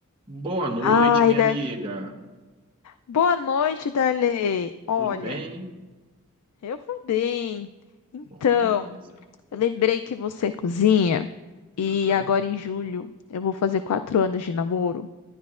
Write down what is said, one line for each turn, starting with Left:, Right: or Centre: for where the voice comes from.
Right: Boa noite,
Left: Ai,
Right: minha
Left: Dar...
Right: amiga.
Left: Boa noite, Darley. Olha,
Right: Tudo bem?
Left: eu vou bem. Então,
Right: Bom, beleza.
Left: eu lembrei que você é cozinha e
Right: Aham.
Left: agora em julho eu vou fazer quatro anos de namoro